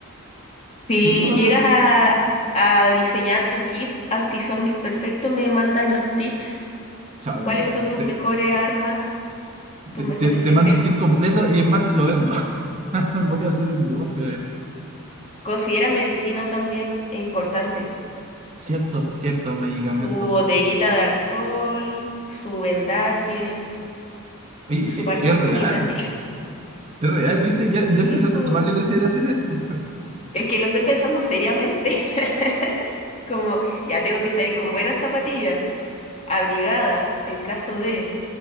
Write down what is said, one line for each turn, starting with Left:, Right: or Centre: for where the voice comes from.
Right: Sí,
Left: Si
Right: weón.
Left: llegas a, a diseñar tu kit anti-zombies perfecto, me mandas los tips.
Right: O sea,
Left: ¿Cuáles son tus
Right: te,
Left: mejores armas, tus
Right: te-
Left: mejores
Right: te- te
Left: secretos?
Right: mando el kit completo y en más te lo vendo. <laughs> Voy a hacer un negocio de esto.
Left: Considera medicina también, es importante.
Right: Cierto, cierto, medicamentos.
Left: Su botellita de alcohol, su vendaje,
Right: Oye,
Left: su
Right: sí,
Left: parche
Right: es real,
Left: curita. <laughs>
Right: es real, ¿viste? Ya,
Left: Sí,
Right: ya empezaste
Left: po.
Right: a tomarle consideración a esto.
Left: Es que lo estoy pensando seriamente. <laughs> Como ya tengo que salir con buenas zapatillas, abrigada en caso de,